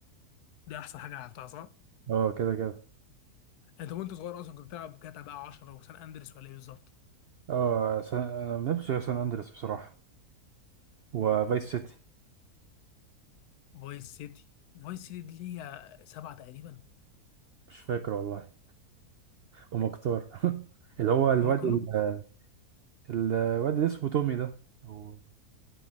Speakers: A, on the left (about 75°); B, on the right (about 70°).
A: ده احسن حاجه لعبتها صح
B: اه كده كده
A: انت وانت صغير اصلا كنت بتلعب جاتا بقى 10 وسان اندرس ولا ايه بالظبط
B: اه سان... آه، ما لعبتش غير سان اندريس بصراحه وفايس سيتي
A: فايس سيتي فايس سيتي دي ليها سبعه تقريبا
B: مش فاكر والله ومختار <laughs> اللي هو الواد
A: هما كلهم
B: ال- الواد اللي اسمه تومي ده أو-